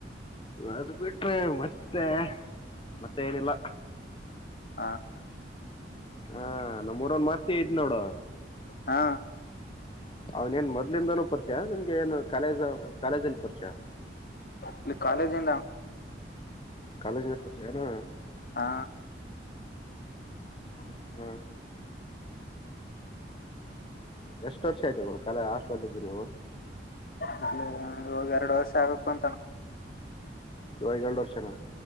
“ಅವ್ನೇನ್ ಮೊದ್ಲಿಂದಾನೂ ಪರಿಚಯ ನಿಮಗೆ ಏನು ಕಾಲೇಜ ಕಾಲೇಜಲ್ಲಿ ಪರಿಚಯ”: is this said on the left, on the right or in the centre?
Left